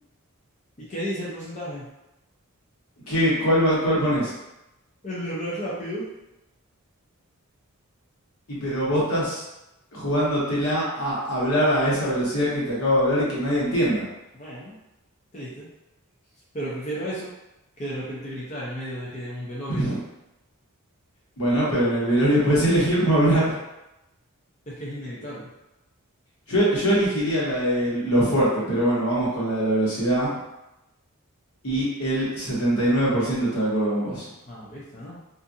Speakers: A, on the left; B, on the left.
A: ¿Y qué dice el porcentaje?
B: ¿Qué, cuál, va- ¿Cuál pones?
A: El de hablar rápido.
B: Y pero vos estás jugándotela a hablar a esa velocidad que te acabo de hablar y que nadie entienda.
A: Bueno, triste. Pero prefiero eso que de repente gritar en medio de que un velorio.
B: <laughs> Bueno, pero en el velorio puedes elegir no hablar.
A: Es que es inevitable.
B: Yo, yo elegiría la de lo fuerte, pero bueno, vamos con la de la velocidad. Y el 79% está de acuerdo con vos.
A: Ah, ¿viste, no?